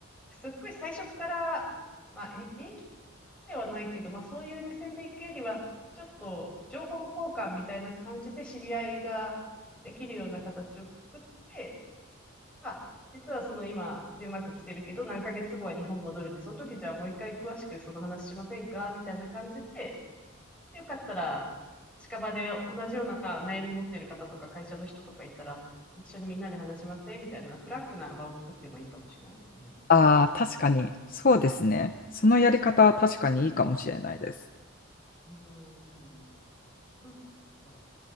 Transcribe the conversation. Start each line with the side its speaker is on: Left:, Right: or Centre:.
Centre: すっごい最初から、まあ英気ではないけど、まあそういう目線で行くよりは、ちょっと情報交換みたいな感じで知り合いができるような形を作って、あ実はその今、デンマーク来てるけど、何ヶ月後は日本戻るんで、その時じゃあもう一回詳しくその話しませんかみたいな感じで、でよかったら、近場で同じような悩み持ってる方とか会社の人とかいたら、一緒にみんなで話しませんみたいなフランクな場を作ってもいいかもしれないですね。
Left: ああ、確かに。そうですね。そのやり方は確かにいいかもしれないです。
Centre: うん。なんか